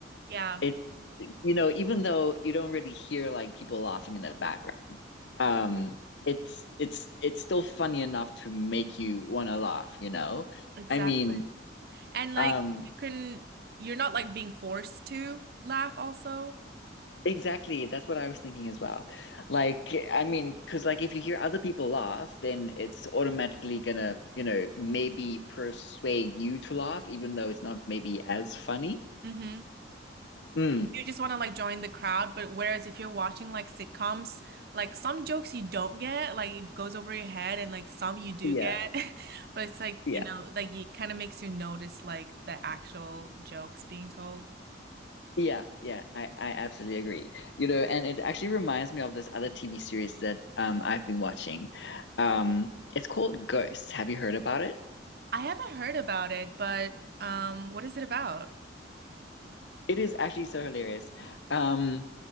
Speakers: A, on the right (about 55°); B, on the left (about 70°).
A: Yeah,
B: it you know, even though you don't really hear like people laughing in the background, um it's it's it's still funny enough to make you want to laugh, you know?
A: exactly.
B: I mean,
A: And like
B: um
A: you can you're not like being forced to laugh also.
B: exactly, that's what I was thinking as well. Like I mean, because like if you hear other people laugh, then it's automatically gonna, you know, maybe persuade you to laugh, even though it's not maybe as funny.
A: hmm
B: Hmm.
A: You just want to like join the crowd, but whereas if you're watching like sitcoms, like some jokes you don't get, like it goes over your head and like some you do
B: Yeah,
A: get. <laughs> But it's like,
B: yeah,
A: you know, like it kind of makes you notice like the actual jokes being told.
B: yeah, yeah. I I absolutely agree. You know, and it actually reminds me of this other TV series that um I've been watching. Um, it's called Ghost. Have you heard about it?
A: I haven't heard about it, but um what is it about?
B: It is actually so hilarious. Um,